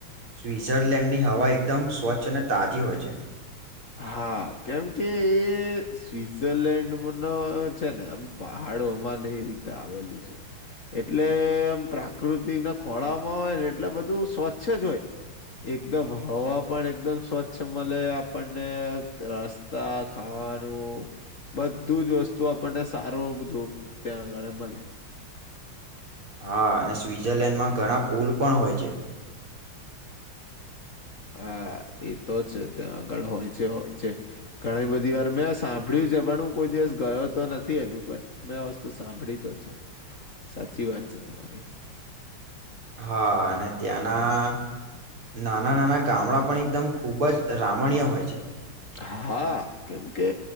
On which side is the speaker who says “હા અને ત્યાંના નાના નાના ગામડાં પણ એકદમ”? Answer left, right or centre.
Right